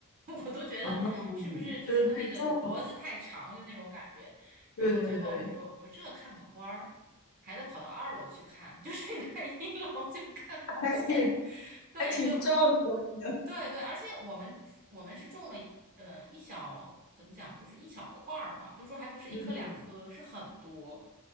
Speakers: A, on the right (about 40°); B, on the left (about 70°).
A: <laughs> 我都觉得是不是就是它那个脖子太长，
B: 啊，就是太重了。
A: 就那种感觉，然后最后我说我说这看个花儿。
B: 对对对，
A: 还得跑到二楼去看，<laughs> 就是你在一楼就看不见。
B: 还挺
A: 对，
B: 还挺壮观的。
A: 就对对，而且我们我们是种了呃一小怎么讲，就是一小块儿嘛，就是说还不是一颗两颗，
B: 嗯，
A: 是很多。